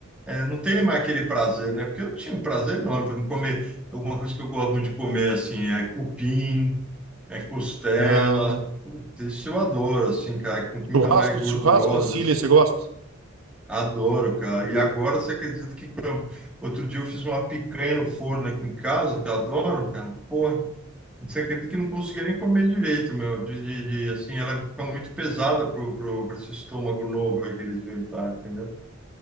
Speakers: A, in the centre; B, on the right.
A: é, não tem mais aquele prazer, né? Porque eu tinha um prazer enorme para comer. Alguma coisa que eu gosto muito de comer, assim, é cupim, é costela.
B: Ah,
A: Putz, isso eu adoro, assim, cara, com comida
B: churrasco,
A: mais gordurosa,
B: churrasco em Sicília,
A: assim.
B: você gosta?
A: Adoro, cara. E agora você acredita que Outro dia eu fiz uma picanha no forno aqui em casa, que eu adoro, cara. Porra, você acredita que eu não conseguia nem comer direito, meu? De, de, de, assim, ela fica muito pesada pro, pro, pra esse estômago novo aí que eles inventaram, entendeu?